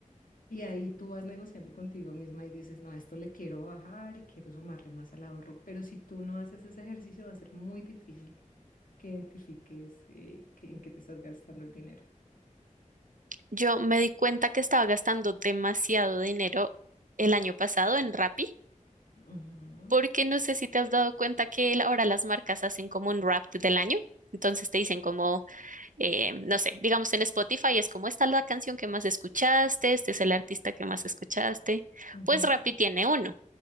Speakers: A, on the left; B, on the right.
A: Y ahí tú vas negociando contigo misma y dices, no, a esto le quiero bajar y quiero sumarle más al ahorro. Pero si tú no haces ese ejercicio, va a ser muy difícil que identifiques eh, que- en qué te estás gastando el dinero.
B: Yo me di cuenta que estaba gastando demasiado dinero el año pasado en Rappi,
A: Ujú,
B: porque no sé si te has dado cuenta que el- ahora las marcas hacen como un wrap del año. Entonces te dicen como, eh, no sé, digamos en Spotify es como esta es la canción que más escuchaste, este es el artista que más escuchaste.
A: ujú.
B: Pues Rappi tiene uno.